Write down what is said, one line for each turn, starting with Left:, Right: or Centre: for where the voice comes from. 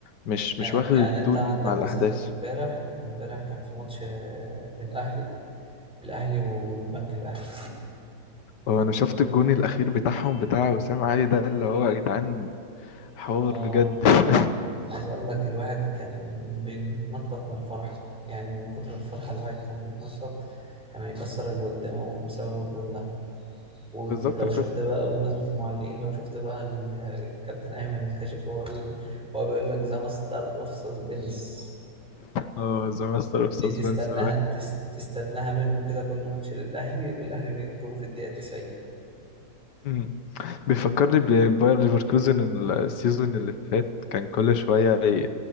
Left: مش
Centre: يعني
Left: مش واخد
Centre: يعني
Left: التون
Centre: انت عندك
Left: مع الاحداث
Centre: مثلا امبارح امبارح كان في ماتش آه، للاهلي الاهلي والبنك الاهلي
Left: هو انا شفت الجون الاخير بتاعهم بتاع وسام علي ده اللي هو يا جدعان حوار
Centre: اه
Left: بجد <laughs>
Centre: عايز اقول لك الواحد كان بيتنطط من الفرحه يعني من كتر الفرحه الواحد كان بيتنطط كان هيكسر اللي قدامه بسبب الجون ده ولو
Left: بالظبط انا
Centre: شفت
Left: كنت
Centre: بقى بمناسبه المعلقين لو شفت بقى الكابتن ايمن الكاشف هو ال... هو بيقول لك ذا ماستر اوف سسبنس
Left: اه زي ماستر في
Centre: دي
Left: سسبنس
Centre: تستناها تس تستناها منه كده كل ماتش للأهلي والأهلي بيجيبهم في الدقيقة 90
Left: مم. بيفكرني بباير ليفركوزن السيزون اللي فات كان كل شوية ي-